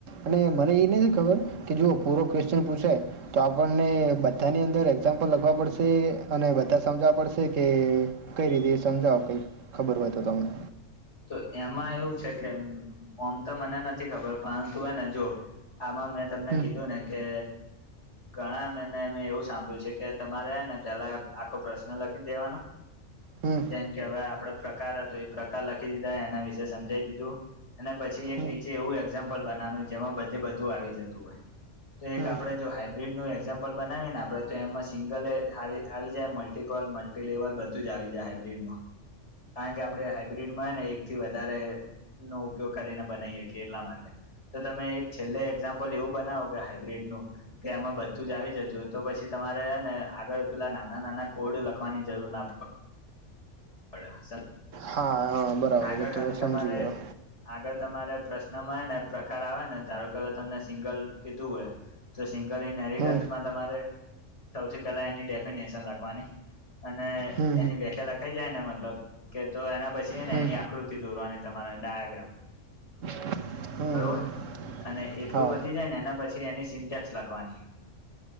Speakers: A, on the right; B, on the left.
A: અને મને એ નથી ખબર કે જો પૂરો કક્યુએશન પૂછાય તો આપણને બધાની અંદર ફોર એક્ઝામ્પલ લખવા પડશે અને બધા સમજાવવા પડશે કે કઈ રીતે સમજાવો કંઈક ખબર હોય તો તમેને
B: તો એમાં એવું છે કે ઓમ તો મને નથી ખબર પરંતુ એને જો આમાં મેં તમને
A: હમ
B: કીધું ને કે ઘણા મેને મેં એવું સાંભળ્યું છે કે તમારે ને પેલા આખો પ્રશ્ન લખી દેવાનો
A: હમ
B: જેમ કે હવે આપડે પ્રકાર હતો એ પ્રકાર લખી દીધા એના વિશે સમજાઈ દીધું અને પછી એક
A: હમ
B: નીચે એવું એક્ઝામ્પલ બનાવાનું જેમાં બધે બધું આવી જતું હોય તો એક
A: હમ
B: આપડે જો હાઈબબ્રિડ નું એક્ઝામ બનાવીને આપડે તો એમાં સિંગલ આવી જાય મલ્ટીપલ મલ્ટીલેેવલ બ ધુજ આવી જાય હાયબ્રિડ માં કારણ કે આપડે બ્રિડમાં હેને એક થી વધારે નો ઉપયોગ કરીને બનાવી હકીયે એટલા માટે તો તમે એક છેલ્લે એક્ઝામ્પલ એવું બનાવો કે હાઈબ્રીડ નું કે આમાં બધું જ આવી જતું હોય તો પછી તમારે ને આગળ પેલા નાના નાના કોડ લખવાની જરૂર ના પડે પડે <unintelligible>
A: હા હા બરાબર
B: આગળ
A: તો
B: ખાલી
A: સમજી
B: તમારે
A: ગયો
B: આગળ તમારે પ્રશ્નમાં હેને પ્રકાર આવે ને ધારો કે હવે તમને સિંગલ કીધું હોય તો સિંગલ ઇન હેરિટન્સમાં
A: હમ
B: તમારે સૌથી પહેલા એની ડેફિનેશન લખવાની અને
A: હમ
B: એની વેખ્યા લખાઈ જાય ને મતલબ કે તો એના પછી ને
A: હમ
B: એની આકૃતિ દોરવાની તમારે ડાયાગ્રામ
A: હમ હમ
B: બરોબર અને એટલું
A: હા
B: પતી જાય ને એના પછી એની સિન્ટેક્સ લખવાની